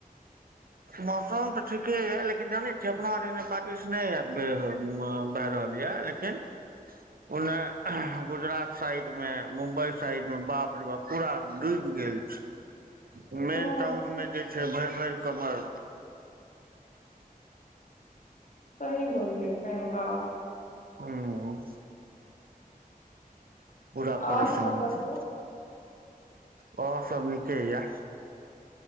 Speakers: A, on the right; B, on the left.
A: मौसम तऽ ठीके यऽ लेकिन जानै छी अपना आर एने बारिश नहि येत भए रहल यऽ लेकिन ओने गुजरात साइड में मुम्बई साइड में बाप रे बाप पूरा डूइब गेल <inaudible> मेन
B: हँ
A: टाउनमे जे छै भरि भरि कमर
B: सही वन में छै <unintelligible>
A: हुॅं हुं पुरा
B: आओर
A: परेशान
B: सब बतबू
A: छै और सब नीके या